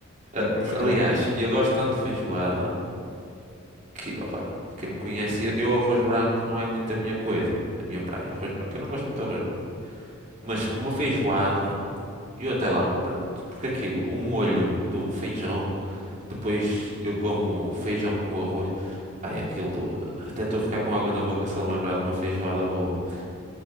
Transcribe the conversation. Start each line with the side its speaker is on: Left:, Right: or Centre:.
Left: Mas
Right: Eh,
Left: pronto,
Right: por-
Left: continua,
Right: aliás,
Left: continua.
Right: eu gosto tanto de feijoada que, opa, quem me conhece, eu arroz branco não é muito a minha coisa, a minha praia, é arroz branco. Eu não gosto muito de arroz branco. Mas com uma feijoada, eu até lambo o prato, porque aquilo, o molho do feijão, depois eu como feijão com arroz, ai aquilo, até estou a ficar com água na boca só me lembrar de uma feijoada boa.